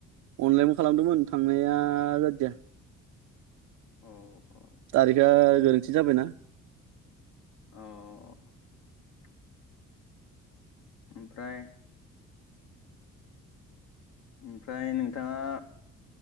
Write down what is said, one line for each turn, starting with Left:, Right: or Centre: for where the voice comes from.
Right: अनलाइनबो खालामदोंमोन थांनाया आ जादिया
Left: औ औ
Right: थारिखआ गोरोन्थि जाबायना
Left: औ ओमफ्राय ओमफ्राय नोंथाङा